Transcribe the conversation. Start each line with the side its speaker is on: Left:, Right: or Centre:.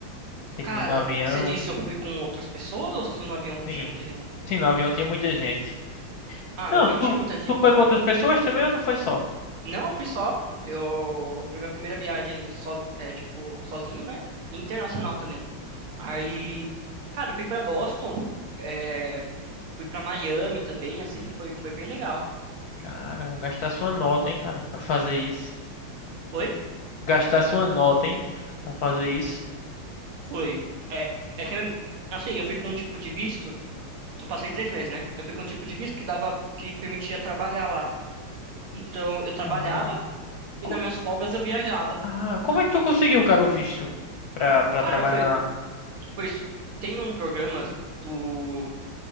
Left: tipo
Right: cara,
Left: né, no avião.
Right: você disse eu fui com outras pessoas ou se no avião tinha
Left: Sim,
Right: muita gente?
Left: sim, no avião tinha muita gente.
Right: Ah,
Left: Não,
Right: no avião
Left: tu,
Right: tinha muita gente.
Left: tu foi com outras pessoas também ou tu foi só?
Right: Não, eu fui só. Eu foi minha primeira viagem so, é, tipo, sozinho, né? Internacional também. Aí, cara, eu fui pra Boston, é, fui pra Miami também, assim, foi foi bem legal.
Left: Cara, gastar sua nota, hein, cara, pra fazer isso.
Right: Foi?
Left: Gastar sua nota, hein, pra fazer isso.
Right: Foi. É, é que assim, eu fui com um tipo de visto, eu passei três meses, né? Eu fui com um tipo de visto que dava que permitia trabalhar lá. Então, eu trabalhava
Left: Ah, co-
Right: e nas minhas folgas eu viajava.
Left: Ah, como é que tu conseguiu, cara, o visto pra, pra
Right: Cara,
Left: trabalhar
Right: foi
Left: lá?
Right: por isso tem um programa do